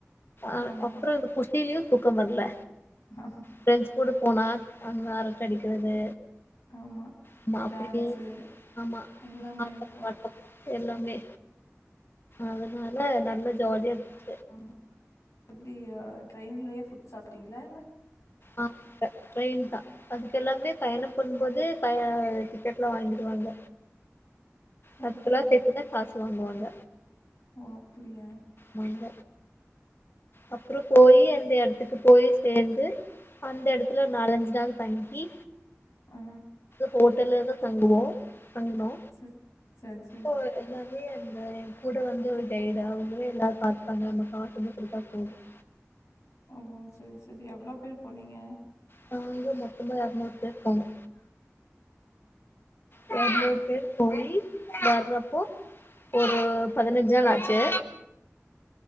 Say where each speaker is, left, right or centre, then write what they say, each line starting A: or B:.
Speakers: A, on the left; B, on the left.
A: அ
B: ஆமா.
A: அப்புறோ அந்த குசிலயு தூக்கம் வரல
B: ஆ
A: பிரண்ட்ஸ் கூட போனா அங்க அரட்ட அடிக்கிறது
B: ஆமா
A: ஆமா அப்டியே
B: டான்ஸு
A: ஆமா
B: எல்லாமே
A: ஆட்டம்
B: இருக்கு
A: பாட்டம் எல்லாமே அதனால நல்ல ஜாலியா இருந்
B: ஆமா எப்டி ட்ரெயின்லயே ஃபுட் சாப்ட்டீங்களா இல்ல
A: அந் த ட்ரெயின் தா அதுக்கு எல்லாமே பயணம் பண்ணு போது ப டிக்கெட் எல்லா வாங்கிடுவாங்க
B: சரி,
A: பத்து ரூபா
B: சரி.
A: சேர்த்துதா காசு வாங்குவாங்க
B: ஓ அப்டியா
A: வங்க அப்றோ போயி் அந்த யடத்துக்கு போயி சேந்து அந்த யேடத்துல நாலஞ்சு நாள் தங்கி
B: ஆ.
A: ஹோட்டலதா தங்குவோ தங்குனோ
B: சர் சேரி சரி
A: இப்போ எல்லாமே கூட வந்து ஒரு கைட் அவங்க எல்லா பார்த்துப்பாங்க நம்ம காட்டு கொடுத்தா போதும்
B: ஓ சேரி சேரி எவ்ளோ பேர் போனீங்க
A: நா வந்து மொத்தமா எரநூறு பேர் போணோ ஒரு நூறு பேர் போயி வர்றப்போ ஒரு பதினஞ்சு நாள் ஆச்சு